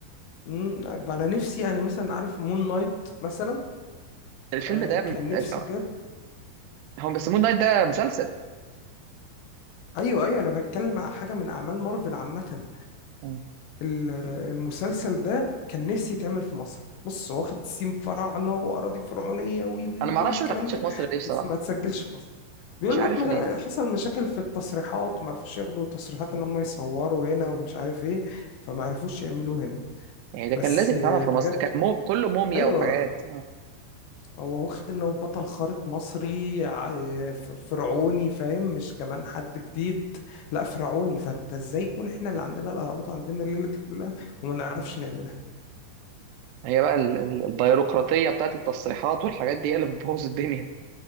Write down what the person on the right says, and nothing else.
الفيلم
ده
آه،
هم بيسموه النايت ده مسلسل
مم.
أنا
ما أعرفش
ما اتعملش
في مصر ليه بصراحة
مش عارف
ليه
يعني ده
كان لازم يتعمل في
مصر كان مو... كله موميا
وحاجات
هي بقى ال- ال- البيروقراطية بتاعت التصريحات والحاجات دي هي اللي <laughs> بتبوظ الدنيا